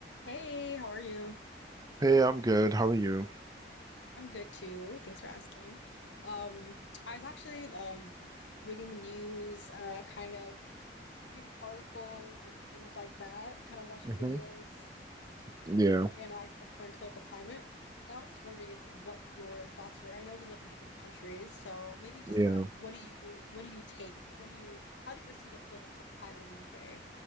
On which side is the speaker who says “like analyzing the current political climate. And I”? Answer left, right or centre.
Left